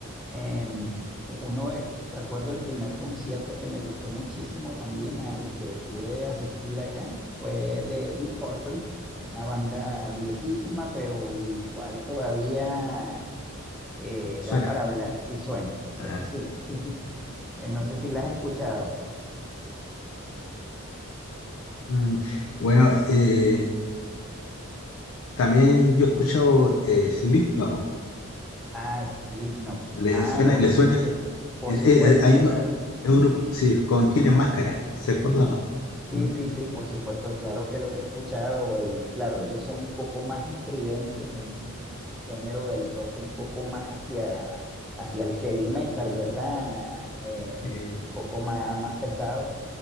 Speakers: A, in the centre; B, on the left.
A: Eh, uno de- recuerdo el primer concierto que me gustó muchísimo también, al que pude asistir acá, fue de Deep Purple, una banda viejísima, pero igual todavía eh,
B: suena.
A: da para hablar, sí suena, sí,
B: Ajá.
A: <laughs> sí, sí. Eh, no sé si la has escuchado.
B: Mm, Bueno, eh, también yo he escuchado eh, Slipknot.
A: Ah, Slipknot.
B: ¿Le
A: Ah,
B: suena?
A: oye,
B: ¿Le suena?
A: sí, es, por
B: Es-
A: supuesto,
B: es- es- hay uno,
A: claro.
B: es un grupo,
A: Sí,
B: sí, contiene máscaras, ¿se acuerdan, no?
A: Sí,
B: Mm,
A: sí, sí, por supuesto, claro que los he escuchado. eh, claro, ellos son un poco más estridentes, un género del rock un poco más hacia, hacia el heavy metal, ¿verdad? Eh, un
B: eh,
A: poco más, más pesado.